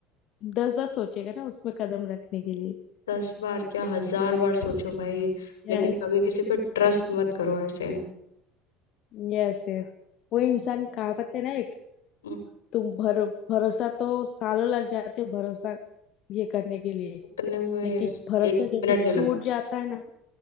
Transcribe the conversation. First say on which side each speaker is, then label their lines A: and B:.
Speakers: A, on the left (about 50°); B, on the left (about 75°).
A: दस बार सोचेगा ना उसमें कदम रखने के लिए
B: दस बार क्या हजार बार सोचो भाई
A: यस
B: लेकिन कभी किसी पे ट्रस्ट मत करो ऐसे
A: यस यस वो इंसान कहावत है ना एक
B: हम्म,
A: तुम भर भरोसा तो सालों लग जाते भरोसा ये करने के लिए
B: टूटने में
A: लेकिन भरोसा
B: एक
A: जब
B: मिनट
A: भी टूट
B: नहीं लगता
A: जाता है ना